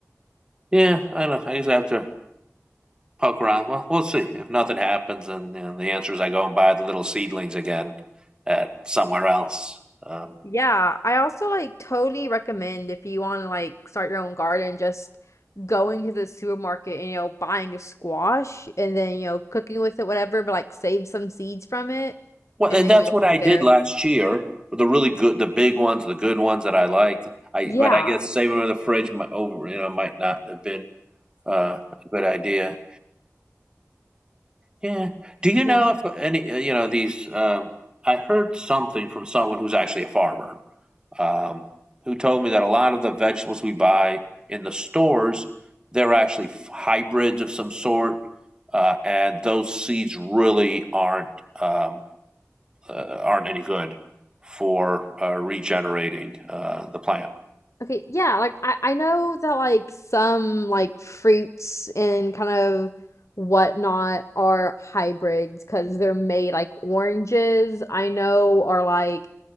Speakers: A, on the right; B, on the left.
A: yeah, I don't know. I just have to poke around. Well, we'll see if nothing happens, and and the answer is I go and buy the little seedlings again at somewhere else. Um,
B: Yeah, I also like totally recommend if you want to like start your own garden, just going to the supermarket and you know buying a squash and then you know cooking with it, whatever, but like save some seeds from it
A: Well,
B: and then
A: that's
B: go
A: what
B: from
A: I did
B: there.
A: last year. The really good, the big ones, the good ones that I liked. I
B: Yeah,
A: but I guess saving them in the fridge mi- over, you know, might not have been uh, a good idea. Yeah. Do you
B: yeah.
A: know if any, uh, you know, these? Uh, I heard something from someone who's actually a farmer, um, who told me that a lot of the vegetables we buy in the stores, they're actually f- hybrids of some sort, uh, and those seeds really aren't. Um, uh, aren't any good for uh, regenerating uh, the plant.
B: Okay, yeah, like I I know that like some like fruits and kind of whatnot are hybrids because they're made like oranges I know are like